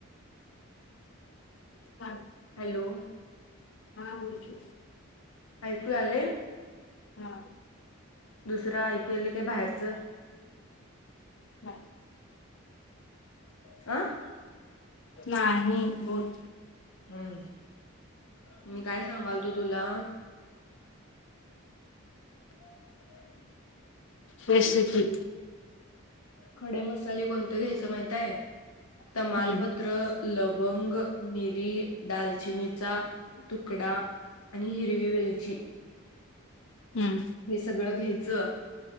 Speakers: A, on the left (about 55°); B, on the left (about 85°).
A: हा,
B: हॅलो
A: बोल की.
B: ऐकू यालय
A: हा,
B: दुसरं ऐकूल काय बाहेरच
A: हा.
B: आह
A: नाही बोल
B: हम् मी काय सांगाल तो तुला ह्ह्ह
A: रेसिपी
B: खडे मसाले कोणतं घ्यायचं माहितय तमालपत्र
A: हम्म
B: लवंग मिरी दालचिनीचा तुकडा आणि हिरवी वेलची
A: हम्म
B: हे सगळं घ्यायचं